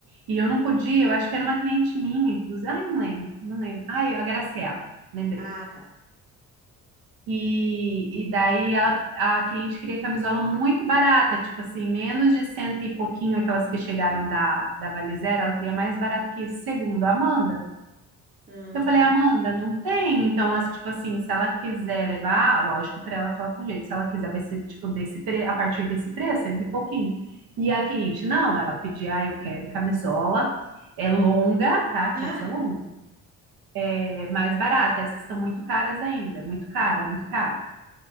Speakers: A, on the right (about 60°); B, on the right (about 20°).
A: E eu não podia, eu acho que era uma cliente minha, inclusive. Ai, não lembro, não lembro. Ai, a Graciela, lembrei.
B: Ah, tá.
A: E, e daí ela, a cliente queria camisola muito barata, tipo assim, menos de cento e pouquinho aquelas que chegaram da, da Valizera, ela queria mais barata que isso, segundo a Amanda.
B: ah
A: Eu falei, Amanda, não tem. Então, as- tipo assim, se ela quiser levar, lógico, para ela falar com jeito. Se ela quiser, vai ser tipo desse pre... a partir desse preço, cento e pouquinho. E a cliente, não, ela pedia, ah, eu quero camisola, é longa, tá? Tinha
B: <laughs> Ah,
A: que ser longa. É mais barata, essas estão muito caras ainda, muito cara, muito cara.